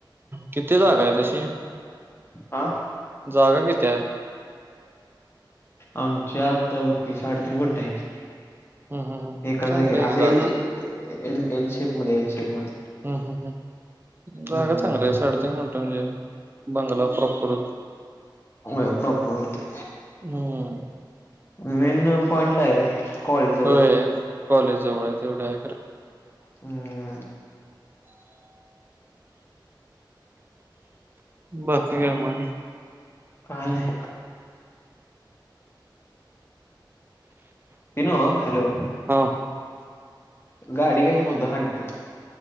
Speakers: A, on the right (about 25°); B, on the left (about 30°).
A: किती जागा आहे तशी
B: हा
A: जागा किती आहे हम्म
B: आमच्या आता बकी साडेतीीन कोुठ आहे
A: हम्म हम्म
B: एका
A: चांगलं
B: जाग
A: आहे
B: असं
A: की जागा
B: येलची
A: हम्म
B: ए एल शेप मध्ये एल शेप मध्ये
A: हम् हम् ह जागा
B: हम्म
A: चांगल्या आहे साडतीन म्हणत म्हणजे बंगाला प्रॉपर
B: वपपते
A: हम्म
B: मेन पॉइंट ला आहे रे कॉलेज जवळ
A: होय कॉलेजजवळ आहे तेवढं आहे खरा
B: हम्म!
A: बाकी काय मग?
B: काही नाही. इनो हॅलो!
A: हा!
B: गाडी घ्याची म्हणत होतो हंटर!